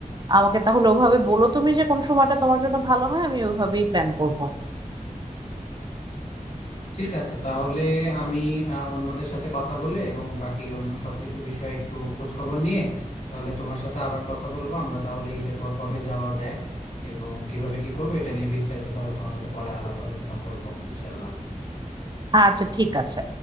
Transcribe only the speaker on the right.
আমাকে তাহলে ওভাবে বলো তুমি যে কোন সময়টা তোমার জন্য ভালো হয় আমি ওইভাবেই প্ল্যান করব
আচ্ছা ঠিক আছে